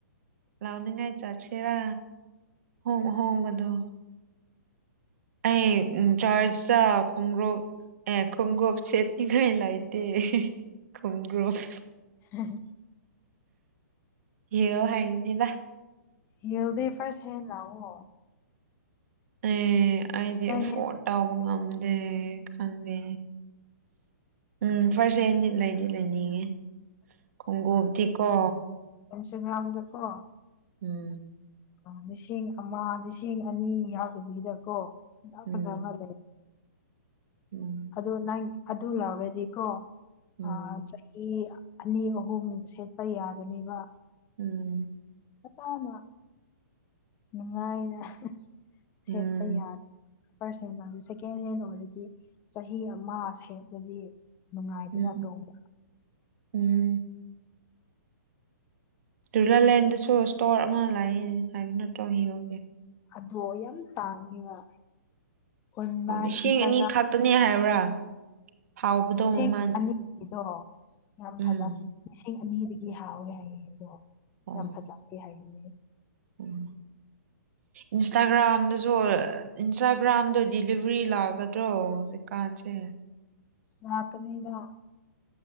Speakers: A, on the right (about 55°); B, on the left (about 25°).
A: ꯂꯥꯎꯅꯤꯡꯉꯥꯏ ꯆꯠꯁꯦꯔꯥ ꯍꯣꯡ ꯑꯍꯣꯡꯕꯗꯣ ꯑꯩ ꯆꯔ꯭ꯁꯇ ꯈꯣꯡꯒ꯭ꯔꯨꯞ ꯑꯦ ꯈꯣꯡꯒꯣꯞ ꯁꯦꯠꯅꯤꯉꯥꯏ ꯂꯥꯏꯇꯦ ꯈꯣꯡꯒ꯭ꯔꯨꯞ
B: ꯍꯦ ꯍꯦ
A: ꯍꯤꯔꯣ ꯍꯥꯏꯅꯤꯗꯥ
B: ꯍꯤꯔꯗꯤ ꯐꯔꯁ ꯍꯦꯟ ꯂꯥꯑꯣ
A: ꯑꯦ ꯑꯩꯗꯤ ꯐꯣꯟ
B: ꯍꯦꯟ
A: ꯇꯥꯎꯕ ꯉꯝꯗꯦ ꯈꯪꯗꯦ ꯎꯝ ꯐꯔꯁ ꯍꯦꯟꯗꯤ ꯂꯩꯗꯤ ꯂꯩꯅꯤꯡꯉꯤ ꯈꯣꯡꯒꯨꯕꯗꯤ ꯀꯣ
B: ꯆꯃ꯭ꯔꯥꯝꯗꯀꯣ
A: ꯎꯝ
B: ꯑ ꯂꯤꯁꯤꯡ ꯑꯃ ꯂꯤꯁꯤꯡ ꯑꯅꯤ ꯌꯥꯎꯗꯕꯤꯗꯀꯣ ꯐꯖ
A: ꯎꯝ
B: ꯐꯖꯕ ꯂꯩ
A: ꯎꯝ
B: ꯑꯗꯨ ꯅꯪ ꯑꯗꯨ ꯂꯥꯎꯔꯗꯤꯀꯣ
A: ꯎꯝ
B: ꯑꯥ ꯆꯍꯤ ꯑꯅꯤ ꯑꯍꯨꯝ ꯁꯦꯠꯄ ꯌꯥꯒꯅꯦꯕꯥ
A: ꯎꯝ
B: ꯐꯖꯥꯅ ꯅꯨꯡꯉꯥꯏꯅ ꯁꯦꯠꯄ
A: ꯎꯝ
B: ꯌꯥ ꯐꯔꯁ ꯍꯦꯟꯃꯥ ꯁꯦꯀꯦꯟ ꯍꯦꯟ ꯑꯣꯏꯔꯗꯤ ꯆꯍꯤ ꯑꯃꯥ ꯁꯦꯠꯂꯗꯤ ꯅꯨꯡꯉꯥꯏꯗꯅꯥ
A: ꯎꯝ
B: ꯇꯣꯡꯕ
A: ꯎꯝ ꯗꯨꯂꯥꯂꯦꯟꯗꯁꯨ ꯏꯁꯇꯣꯔ ꯑꯃ ꯂꯥꯏ ꯍꯥꯏꯕ ꯅꯠꯇ꯭ꯔꯣ ꯍꯤꯔꯣꯒꯤ
B: ꯑꯗꯣ ꯌꯥꯝ ꯇꯥꯡꯉꯤꯕꯥ ꯑꯣꯟꯂꯥꯏꯟ
A: ꯑꯣ ꯂꯤꯁꯤꯡ
B: ꯏꯟꯁꯇꯥꯒ꯭ꯔꯥꯝ
A: ꯑꯅꯤ ꯈꯛꯇꯅꯦ ꯍꯥꯏꯕ꯭ꯔꯥ ꯍꯥꯎꯕꯗꯣ
B: ꯂꯤꯁꯤꯡ
A: ꯃꯃꯜ
B: ꯑꯅꯤ ꯗꯣ ꯌꯥꯝ
A: ꯎꯝ
B: ꯐꯖ ꯂꯤꯁꯤꯡ ꯑꯅꯤꯗꯒꯤ ꯍꯥꯎꯋꯦ ꯍꯥꯏꯌꯦ ꯑꯗꯣ
A: ꯑꯣ
B: ꯌꯥꯝ ꯐꯖꯗꯦ ꯍꯥꯏꯕꯅꯦ
A: ꯎꯝ ꯏꯟꯁꯇꯥꯒ꯭ꯔꯥꯝꯗꯁꯨ ꯏꯟꯁꯇꯥꯒ꯭ꯔꯥꯝꯗꯣ ꯗꯤꯂꯤꯚ꯭ꯔꯤ ꯂꯥꯛꯒꯗ꯭ꯔꯣ ꯍꯧꯖꯤꯛꯀꯥꯟꯁꯦ
B: ꯂꯥꯛꯀꯅꯤꯗ